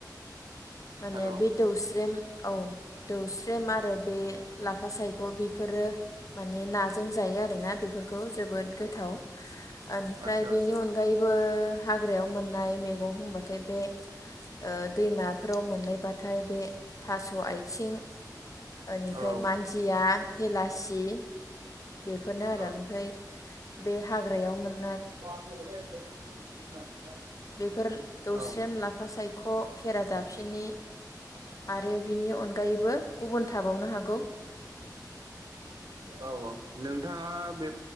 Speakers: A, on the left (about 50°); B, on the right (about 85°).
A: माने
B: हेल' औ
A: बे दौस्रेम औ दौस एम आरो बे ला फा सायख' बेफोरो माने नाजों जायो आरोना बेफोरखौ जोबोद गोथाव। आनिफ्राय
B: आदसा
A: बेनि
B: आदसा
A: अनगायैबो हाग्रायाव मोननाय मेगं होनबाथाय बे ओ दैमा फ्राव मोननायबाथाय बे थास' आथिं एनिफ्राय
B: औ
A: मानजिया, हेलासि बेफोरनो आरो
B: औ
A: ओमफ्राय बे हाग्रायाव मोन
B: <unintelligible>
A: बेफोर दौस्रेम,
B: औ
A: लाफा सायख', खेरा दाफिनि आरो बिनि अनगायैबो गुबुन थाबावनो हागौ।
B: औ औ नोंथांङा बे